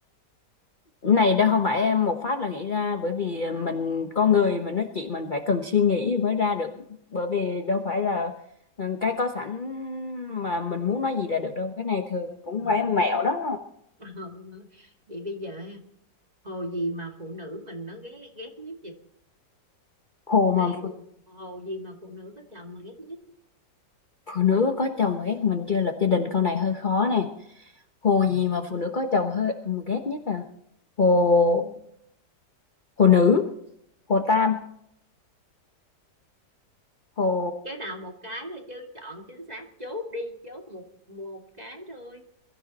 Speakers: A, on the left (about 30°); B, on the right (about 25°).
A: Này đâu không phải em một phát là nghĩ ra bởi vì mình con người mình nói chuyện mình phải cần suy nghĩ mới ra được bởi vì đâu phải là ừ, cái có sẵn mà mình muốn nói gì là được đâu cái này thường cũng
B: Ờ.
A: phải mẹo đó
B: Ờ. vậy bây giờ ha, hồ gì mà phụ nữ mình nó ghét ghét nhất vậy
A: hồ mà
B: Đấy, hồ gì mà phụ nữ có chồng mà ghét nhất
A: phụ nữ có chồng mà ghét mình chưa lập gia đình câu này hơi khó nè hồ gì mà phụ nữ có chồng hơi mà ghét nhất à hồ
B: Ừ.
A: hồ nữ hồ tam hồ
B: cái nào một cái thôi chứ chọn chính xác chốt đi chốt một một cái thôi